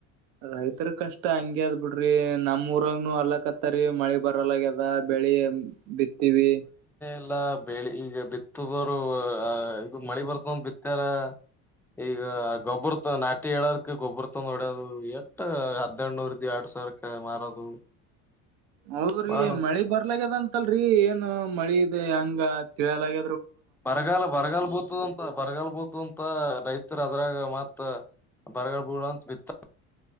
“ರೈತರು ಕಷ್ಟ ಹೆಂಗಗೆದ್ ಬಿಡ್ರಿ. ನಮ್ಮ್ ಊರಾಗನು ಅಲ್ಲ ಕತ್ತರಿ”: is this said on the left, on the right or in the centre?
Right